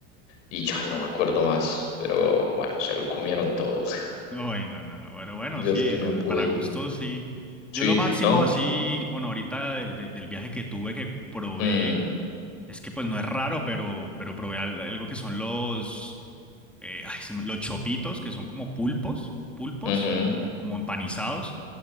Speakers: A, on the left (about 80°); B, in the centre.
A: y ay, no me acuerdo más, pero bueno, se lo comieron todo. <laughs>
B: Uy, no, no, no. Pero bueno,
A: Yo
B: sí,
A: es que no
B: eh,
A: pude.
B: para gustos, sí.
A: Sí,
B: Yo lo máximo
A: ¿no?
B: así, bueno, ahorita de- de- del viaje que tuve que probé,
A: Mm,
B: es que pues no es raro, pero, pero probé al- algo que son los, eh, ay, se me- los chopitos, que son como pulpos, pulpos,
A: ujú,
B: como empanizados.